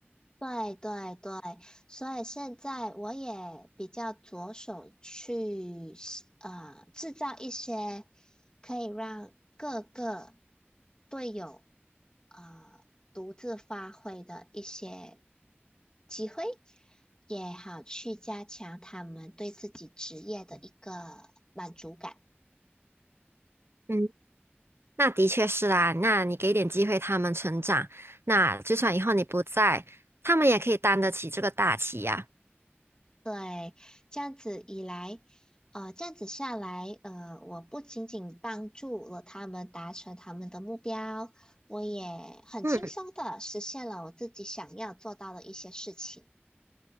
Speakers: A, on the left; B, on the right.
A: 对对对，所以现在我也比较着手去呃制造一些可以让各个队友呃独自发挥的一些机会，也好去加强他们对自己职业的一个满足感。
B: 嗯，那的确是啦，那你给点机会他们成长，那就算以后你不在，他们也可以担得起这个大旗呀。
A: 对，这样子以来，呃，这样子下来，呃，我不仅仅帮助了他们达成他们的目标，我也很轻松的实现了我自己想要做到的一些事情。
B: 嗯